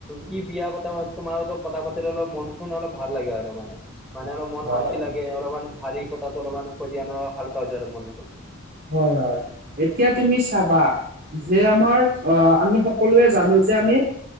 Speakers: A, in the centre; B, on the right (about 40°).
A: কি বিয়া কথা ভাবিছো তোমাৰ লগত কথা পাতিলে অলপ মন খন অলপ ভাল লাগে আৰু মানে মানে অলপ মন
B: হয়
A: শান্তি লাগে অলপমান ভাৰী কথাটো অলপমান কৈ দিয়া ন হালকা হৈ যায় আৰু মনখন
B: হয় হয় এতিয়া তুমি চাবা যে আমাৰ অ আমি সকলোৱে জানো যে আমি